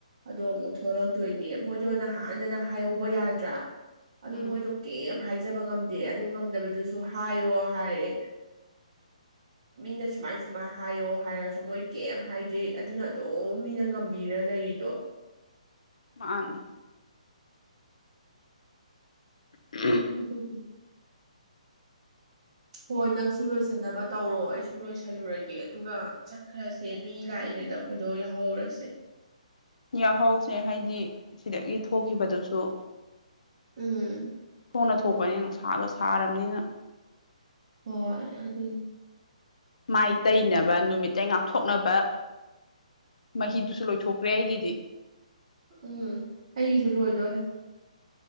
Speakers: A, on the right; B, on the left.
A: ꯑꯗꯣ ꯑꯃꯨꯛ ꯊꯣꯛꯂꯛꯇꯣꯏꯅꯦ ꯃꯣꯏꯗꯣ ꯅꯍꯥꯟꯗꯅ ꯍꯥꯏꯍꯧꯕ ꯌꯥꯗ꯭ꯔꯥ ꯑꯗꯨ
B: ꯎꯝ
A: ꯃꯣꯏꯗꯣ ꯀꯦꯝ ꯍꯥꯏꯖꯕ ꯉꯝꯗꯦ ꯑꯗꯨ ꯉꯝꯗꯕꯗꯨꯁꯨ ꯍꯥꯏꯌꯣ ꯍꯥꯏꯔꯦ
B: <inaudible>
A: ꯃꯤꯅ ꯁꯨꯃꯥꯏ ꯁꯨꯃꯥꯏ ꯍꯥꯏꯌꯣ ꯍꯥꯏꯔꯁꯨ ꯃꯣꯏ ꯀꯦꯝ ꯍꯥꯏꯗꯦ ꯑꯗꯨꯅ ꯑꯗꯨꯝ ꯃꯤꯅ ꯉꯝꯕꯤꯔ ꯂꯩꯔꯤꯗꯣ
B: ꯃꯥꯅꯤ <unintelligible>
A: ꯑꯗꯨꯒꯤꯅꯦ ꯍꯣꯏ ꯅꯪꯁꯨ ꯂꯣꯏꯁꯟꯅꯕ ꯇꯧꯔꯣ ꯑꯩꯁꯨ ꯂꯣꯏꯁꯜꯂꯨꯔꯒꯦ ꯑꯗꯨꯒ ꯆꯠꯈ꯭ꯔꯁꯦ ꯃꯤ ꯂꯥꯛꯏꯉꯩꯗ ꯈꯣꯏꯗꯣ ꯌꯥꯎꯍꯧꯔꯁꯦ
B: ꯌꯥꯎꯍꯧꯁꯦ ꯍꯥꯏꯗꯤ ꯁꯤꯗꯒꯤ ꯊꯣꯛꯈꯤꯕꯗꯁꯨ
A: ꯎꯝ
B: ꯈꯣꯡꯅ ꯊꯣꯛꯄꯅꯤꯅ ꯅꯨꯡꯁꯥꯒ ꯁꯥꯔꯝꯅꯤꯅ
A: ꯍꯣꯏ ꯑꯗꯨꯅꯤ
B: ꯃꯥꯏ ꯇꯩꯅꯕ ꯅꯨꯃꯤꯠꯇꯩ ꯉꯥꯛꯊꯣꯛꯅꯕ ꯃꯍꯤꯗꯨꯁꯨ ꯂꯣꯏꯊꯣꯛꯈ꯭ꯔꯦ ꯑꯩꯒꯤꯗꯤ
A: ꯎꯝ ꯑꯩꯒꯤꯁꯨ ꯂꯣꯏꯗꯣꯔꯦ